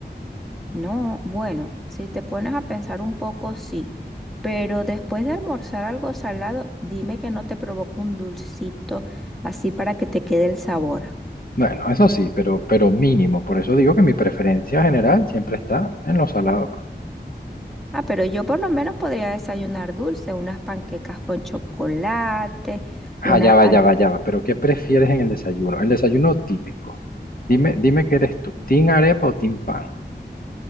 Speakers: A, in the centre; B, on the left.
A: No, bueno, si te pones a pensar un poco, sí. Pero después de almorzar algo salado, dime que no te provoca un dulcito así para que te quede el sabor.
B: Bueno, eso sí, pero, pero mínimo. Por eso digo que mi preferencia general siempre está en lo salado. pues.
A: Ah, pero yo por lo menos podría desayunar dulce, unas panquecas con chocolate,
B: Ah,
A: unas
B: ya va,
A: pan...
B: ya va, ya va. Pero ¿qué prefieres en el desayuno? El desayuno típico. Dime, dime qué eres tú, ¿team arepa o team pan?